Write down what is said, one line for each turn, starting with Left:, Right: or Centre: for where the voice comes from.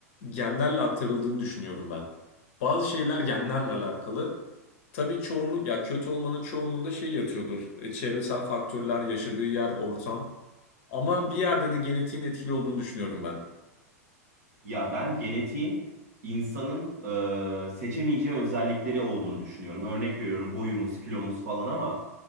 Left: genlerle aktarıldığını düşünüyorum ben. Bazı şeyler genlerle alakalı. Tabii çoğunluk, ya kötü olmanın çoğunluğunda şey yatıyordur. E, çevresel faktörler, yaşadığı yer, ortam. Ama bir yerde de genetiğin etkili olduğunu düşünüyorum ben.
Right: Ya ben genetiğin insanın e, seçemeyeceği özellikleri olduğunu düşünüyorum. Örnek veriyorum boyumuz, kilomuz falan ama